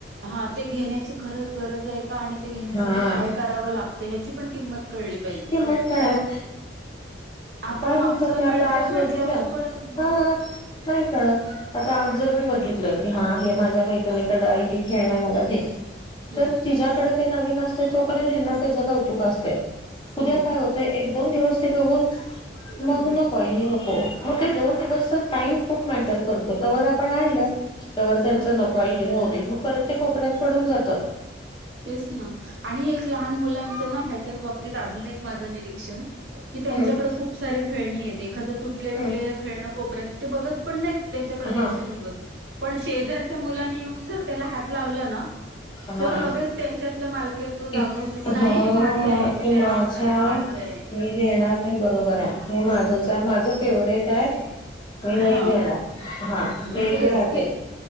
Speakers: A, on the right; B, on the left.
A: हा ते घेण्याची खरंच गरज आहे का. आणि ते घेण्यासाठी
B: हा
A: काय करावं लागतं ह्याची पण किंमत कळली पाहिजे
B: किंमत कळायला
A: नाहीं आपण
B: काय
A: मागतोय.
B: होऊन जाते
A: मिळतोय
B: आता आज
A: म्हटल्यावर
B: बघितलं
A: कळतच नाही.
B: हा नाही कळत. आता आज जर मी बघितलं की हा हे माझ्या मैत्रिणीकडे आई हे खेळण आहे मला दे.
A: हम्म
B: तर तिच्या्याकडे ते नवीन असतय तोपर्य हेना त्याच कौतुक असतय. उद्या
A: हम्म
B: काय होतंय एक दोन दिवस त बघून मग
A: हम्म
B: नको हे. नको. मग ते दोन दिवस टाइम खूप मॅटर करतो तवर आपण आणली. तवर त्यांच
A: हा
B: नको हाय हे राहूदे मग परत ते कोपऱ्यात पडून जात.
A: तेच ना. आणि एक लहान मुलांचं ना ह्याच्याच बाबतीत अजून एक माझं निरीक्षण. की त्यांच्याकडे
B: हम्म
A: खूप सारे खेळणी आहेत. एखाद तुटले-बीटलेल
B: हम्म
A: खेळणं कोपऱ्यात ते बघत पण नाहीत. त्याच्याकडे दिवसेंदिवस
B: हा
A: पण शेजार त्या मुलांनी येऊन जर त्याला हात लावला ना.
B: हा.
A: तर लगेच त्यांच्यातलं मालकीत्व जागं
B: इ
A: होतं की
B: हा.
A: नाही हे माझं आहे मी
B: की
A: देणार
B: माझा
A: नाही हे माझं आहे
B: मी देणार नाही. बरोबर
A: हम्म
B: आहे. हे माझंच आहे. माझं फेवर्हेट आहे. मी नाही
A: हा
B: देणार. हा
A: म्हणजे
B: हे एक
A: हेच
B: राहते.
A: की